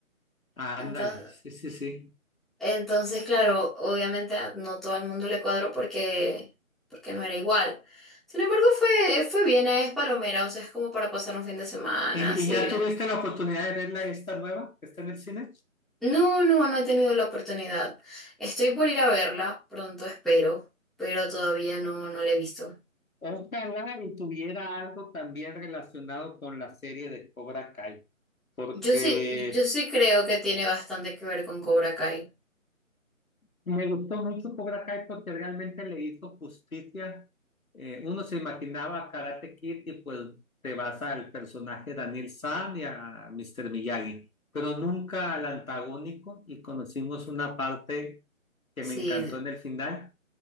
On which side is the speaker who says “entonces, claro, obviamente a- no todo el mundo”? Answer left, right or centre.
Centre